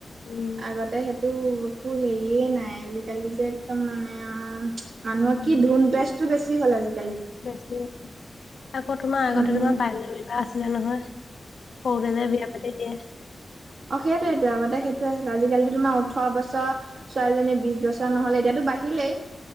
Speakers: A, on the left; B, on the right.
A: উম
B: আগতে সেট টো একো হেৰিয়ে নাই, আজিকালি যে একদম মানে আও মানুহৰ
A: উম,
B: কি ধুন পেচ টো বেছি হ'ল আজি।
A: বেছি আছে। আকৌ তোমাৰ
B: তাৰ
A: আগতে
B: মানে
A: তোমাৰ বাল্যবিবাহ আছিলে নহয় সৰুতে যে বিয়া পাতি দিয়ে।
B: অঁ সেইটোৱেটো আগতে সেইটোৱে আছিলে আজিকালিটো তোমাৰ ওঠৰ বছৰ ছোৱালীজনী বিশ বছৰ নহলে এতিয়াটো বাঢ়িলেই।